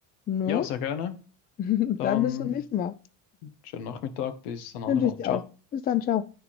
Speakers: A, on the left (about 25°); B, on the left (about 85°).
A: Ne?
B: ja, sehr gerne.
A: <laughs> Dann
B: Dann
A: bis zum nächsten Mal.
B: schönen Nachmittag, bis ein andermal.
A: Wünsche ich dir
B: Ciao.
A: auch. Bis dann, ciao.